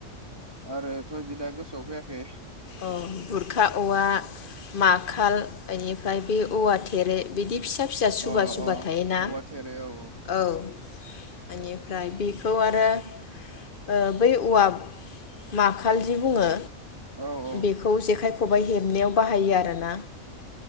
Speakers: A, on the right; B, on the left.
A: आरोथ बिदि दा गोसोआव फैयाखै।
B: औ गुरखा औवा माखाल इनिफ्राय बे औवा थेरे बिदि फिसा फिसा सुबा
A: अ
B: सुबा थायोना
A: औवा थेरे औ
B: औ बेनिफ्राय बेखौ आरो ओ बै औवाब माखाल जि बुङो।
A: औ औ
B: बेखौ जेखाइ खबाइ हेबनायाव बाहायो आरोना